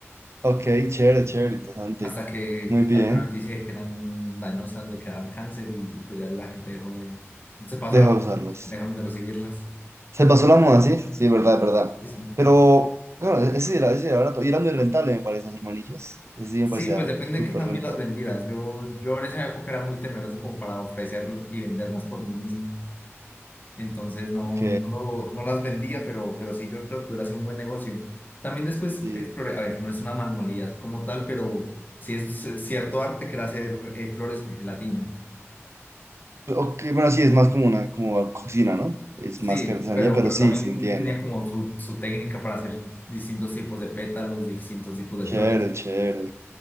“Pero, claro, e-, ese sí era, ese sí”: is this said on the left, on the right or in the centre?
Right